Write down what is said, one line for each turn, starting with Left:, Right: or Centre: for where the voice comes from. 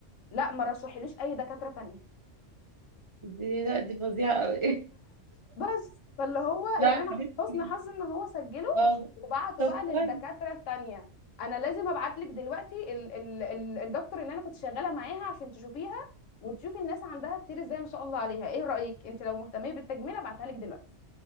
Left: لا ما رشحليش اي دكاتره تانية
Right: دي لا دي فظيعة قوي <laughs>
Left: بس فاللي هو
Right: لا
Left: يعني
Right: يا
Left: انا
Right: حبيبتي
Left: حسن حظ ان هو سجله
Right: اه
Left: وبعته
Right: طب
Left: بقى للدكاتره
Right: كويس
Left: التانية انا لازم ابعت لك دلوقتي ال ال ال الدكتور اللي انا كنت شغاله معاها عشان تشوفيها وتشوفي الناس عندها كتير ازاي ما شاء الله عليها ايه رايك انت لو مهتمه بالتجميل ابعتها لك دلوقتي